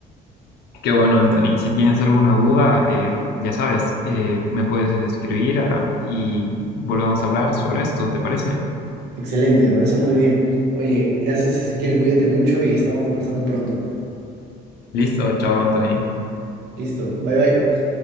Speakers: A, on the left (about 70°); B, on the right (about 80°).
A: Qué bueno, Anthony. Si tienes alguna duda, eh, ya sabes, eh, me puedes escribir a- y volvemos a hablar sobre esto, ¿te parece?
B: Excelente, me parece muy bien. Oye, gracias Ezequiel, cuídate mucho y estamos conversando pronto.
A: Listo, chao, Anthony.
B: Listo, bye bye.